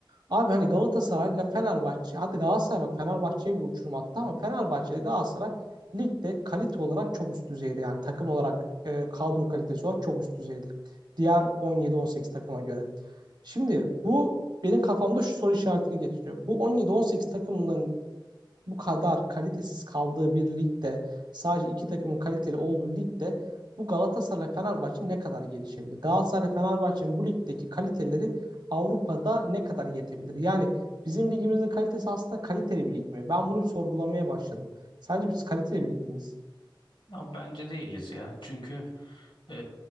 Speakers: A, on the right; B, on the left.
A: Abi hani Galatasaray ile Fenerbahçe, hadi Galatasaray bak Fenerbahçe'ye bir uçurum attı ama Fenerbahçe ile Galatasaray ligde kalite olarak çok üst düzeyde. Yani takım olarak e, kadro kalitesi olarak çok üst düzeyde. Diğer 17-18 takıma göre. Şimdi bu benim kafamda şu soru işaretini getiriyor. Bu 17-18 takımların bu kadar kalitesiz kaldığı bir ligde sadece iki takımın kaliteli olduğu ligde bu Galatasaray Fenerbahçe ne kadar gelişebilir? Galatasaray Fenerbahçe'nin bu ligdeki kaliteleri Avrupa'da ne kadar yetebilir? Yani bizim ligimizin kalitesi aslında kaliteli bir lig mi? Ben bunu bir sorgulamaya başladım. Sence biz kaliteli bir lig miyiz?
B: Ya bence değiliz ya. Çünkü e,